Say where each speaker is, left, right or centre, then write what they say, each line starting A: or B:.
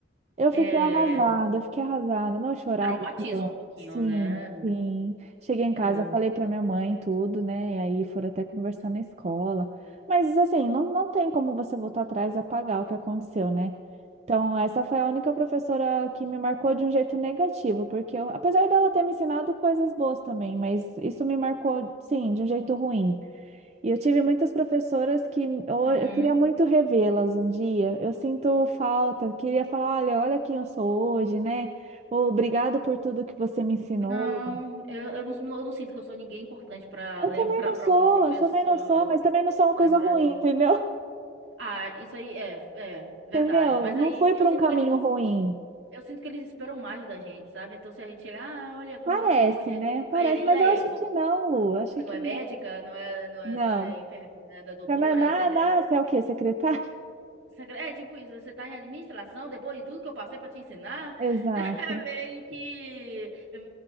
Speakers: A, on the right; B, on the right.
A: Eu fiquei
B: É.
A: arrasada, eu fiquei arrasada, não eu chorava.
B: Traumatiza
A: aqui, ó.
B: um pouquinho,
A: Sim,
B: né?
A: sim. Cheguei em casa,
B: É.
A: falei pra minha mãe tudo, né? E aí foram até conversar na escola. Mas assim, não, não tem como você voltar atrás e apagar o que aconteceu, né? Então, essa foi a única professora que me marcou de um jeito negativo, porque eu- apesar dela ter me ensinado coisas boas também, mas isso me marcou, sim, de um jeito ruim. E eu tive muitas professoras que eu,
B: Uhum.
A: eu queria muito revê-las um dia. Eu sinto falta, queria falar, olha, olha quem eu sou hoje, né? Ou obrigado por tudo que você me ensinou.
B: Não, eu, eu não, eu não sinto que eu sou ninguém importante pra
A: Eu
B: lembrar
A: também não
B: para
A: sou,
B: algum professor
A: eu também não sou, mas também não sou uma coisa
B: lembrar
A: ruim,
B: de
A: entendeu?
B: mim.
A: <laughs>
B: Ah, isso aí é, é verdade.
A: Entendeu?
B: Mas
A: Não
B: aí
A: fui por
B: eu sinto
A: um caminho
B: que eles
A: ruim.
B: eu sinto que eles esperam mais da gente, sabe? Então se a gente chegar, ah, olha como
A: Parece,
B: eu tô hoje.
A: né? Parece,
B: Aí ele,
A: mas
B: e aí,
A: eu acho
B: vo-
A: que não, Lu, eu acho
B: você
A: que
B: não é
A: não.
B: médica, não é, não é,
A: Não.
B: não é enfermeira, não é doutora,
A: Mas na,
B: aí você,
A: na,
B: é,
A: você é o quê? Secretário? <laughs>
B: Secre- É tipo isso, você tá em administração, depois de tudo que eu passei pra te ensinar,
A: Exato.
B: <laughs> é meio que. Eu,